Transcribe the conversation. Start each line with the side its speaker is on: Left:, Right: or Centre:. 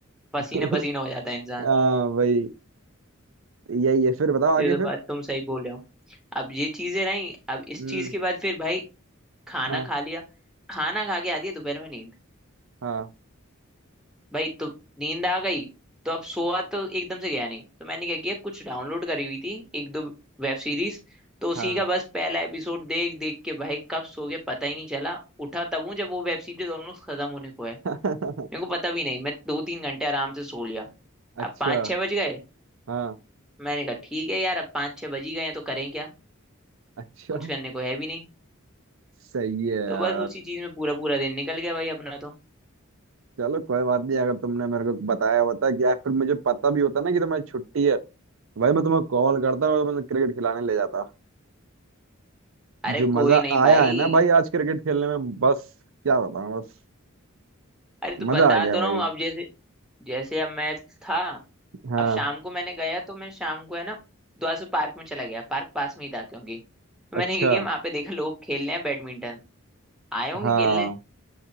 Centre: पसीना
Right: <laughs>
Centre: पसीना हो जाता है इंसान
Right: हाँ भाई यही है फिर बताओ आगे
Centre: ये तो
Right: फिर
Centre: बात तुम सही बोल रहे हो अब ये चीजें रही अब इस
Right: हम्म
Centre: चीज के बाद फिर भाई खाना
Right: हाँ
Centre: खा लिया खाना खा के आती है दोपहर में नींद
Right: हाँ
Centre: भाई तो नींद आ गई तो अब सोआ तो एकदम से गया नहीं तो मैंने क्या किया कुछ डाउनलोड करी हुई थी एक दो वेब सीरीज तो उसी
Right: हाँ
Centre: का बस पहला एपिसोड देख देख के भाई कब सो गया पता ही नहीं चला उठा तब हूँ जब वो वेब सीरीज ऑलमोस्ट खत्म होने को है
Right: <laughs>
Centre: मेरे को पता भी नहीं मैं दो तीन घंटे आराम से सो लिया अब
Right: अच्छा
Centre: पाँच छः बज गए
Right: हाँ
Centre: मैंने कहा ठीक है यार अब पाँच छः बज ही गए हैं तो करें क्या
Right: अच्छा
Centre: कुछ करने को है भी नहीं
Right: सही है यार
Centre: तो बस उसी चीज में पूरा पूरा दिन निकल गया भाई अपना तो
Right: चलो कोई बात नहीं अगर तुमने मेरे को बताया होता कि यार फिर मुझे पता भी होता ना कि तुम्हारी छुट्टी है भाई मैं तुम्हें कॉल करता और तुम्हें क्रिकेट खिलाने ले जाता
Centre: अरे
Right: जो
Centre: कोई
Right: मजा
Centre: नहीं
Right: आया
Centre: भाई
Right: है ना भाई आज क्रिकेट खेलने में बस क्या बताऊं बस
Centre: अरे तो
Right: मजा
Centre: बता
Right: आ गया
Centre: तो
Right: भाई
Centre: रहा हूँ अब जैसे जैसे अब मैं था
Right: हाँ
Centre: अब शाम को मैंने गया तो मैं शाम को है ना द्वासू पार्क में चला गया पार्क पास में ही था क्योंकि तो
Right: अच्छा
Centre: मैंने क्या किया वहां पे देखा लोग खेल रहे हैं बैडमिंटन आए होंगे
Right: हाँ
Centre: खेलने